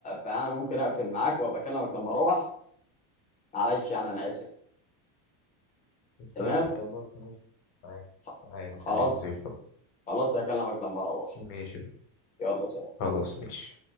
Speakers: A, on the left; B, on the left.
A: فانا ممكن اقفل معاك وابقى اكلمك لما اروح معلش يعني انا اسف تمام
B: طيب خلاص ماشي عادي
A: خ-
B: عادي
A: خلاص
B: تمام زي الفل
A: خلاص هكلمك لما اروح
B: ماشي
A: يلا سلام
B: خلاص ماشي